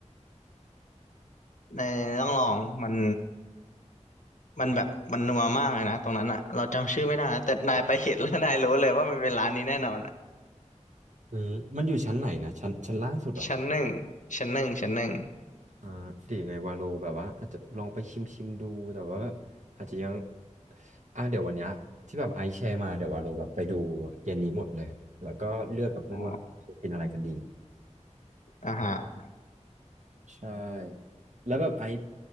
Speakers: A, on the left; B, on the right.
A: ในต้องลองมันมันแบบมันนัวมากเลยนะตรงนั้นอะเราจำชื่อไม่ได้นะแต่นายไปเห็นแล้วนายรู้เลยว่ามันเป็นร้านนี้แน่นอนอะ
B: อืมมันอยู่ชั้นไหนนะชั้นชั้นล่างสุดเหรอ
A: ชั้นหนึ่งชั้นหนึ่งชั้นหนึ่ง
B: อ่าหรือยังไงวาโลแบบว่าอาจจะลองไปชิมชิมดูแต่ว่าแบบอาจจะยังอ่าเดี๋ยววันเนี้ยที่แบบไอซ์แชร์มาเดี๋ยววาโลแบบไปดูเย็นนี้หมดเลยแล้วก็เลือกกับเพื่อนว่าเป็นอะไรกันดี
A: อ๋ออาหาร
B: ใช่แล้วแบบไอซ์